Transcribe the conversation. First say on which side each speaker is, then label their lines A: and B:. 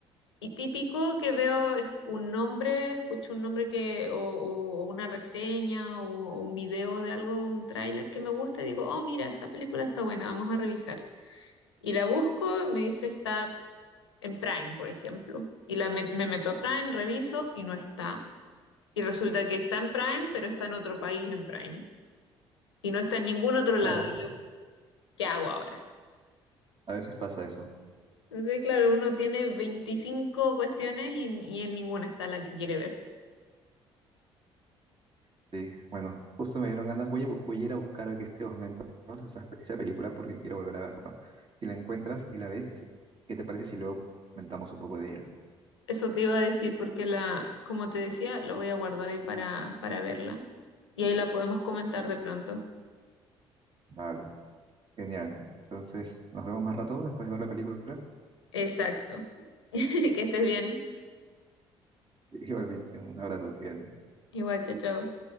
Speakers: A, on the left; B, on the right.
A: Y típico que veo es un nombre, escucho un nombre que, o, o una reseña o, o un video de algo, un tráiler que me gusta y digo, oh, mira, esta película está buena, vamos a revisar. Y la busco, me dice está en Prime, por ejemplo. Y la met- me meto a Prime, reviso y no está. Y resulta que está en Prime, pero está en otro país en Prime. Y no está en ningún otro lado.
B: claro,
A: Y yo, ¿qué hago ahora?
B: a veces pasa eso.
A: Entonces, claro, uno tiene 25 cuestiones y, y en ninguna está la que quiere ver.
B: Sí, bueno, justo me dieron ganas. Voy a, bu- voy a ir a buscar aquí este momento ¿no? esa, esa película porque quiero volver a verla. Si la encuentras y la ves, ¿qué te parece si luego comentamos un poco de ella?
A: Eso te iba a decir porque la, como te decía, lo voy a guardar ahí para, para verla. Y ahí la podemos comentar de pronto.
B: Vale, genial. Entonces, nos vemos más rato después de ver la película.
A: Exacto. <laughs> Que estés bien.
B: <laughs> Igualmente, un abrazo, cuídate.
A: Igual, chao, chao.